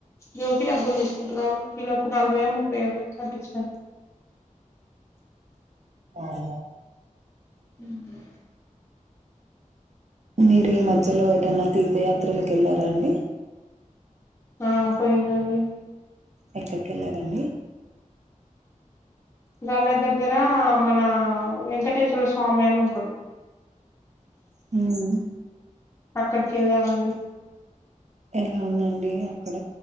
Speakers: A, on the left; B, on the right.
A: జో బల్ స్ పుంటరల్ క నాలుభైగా ముప్పైగా చచ్చ
B: ఆవు
A: ఉ
B: మీరు ఈ మధ్యలో ఏటైన్నా తీర్థయాత్రలక వెళ్లారా అండి
A: ఆ పోయిన్లి
B: ఎక్కడికి వెళ్ళారంండి
A: ళ దగ్గర మన వెంకటేశ్వర స్వామి అని ఉంటాడు
B: హ
A: అక్కడికి వెళ్ళామండి
B: ఎలా ఉందండి అక్కడ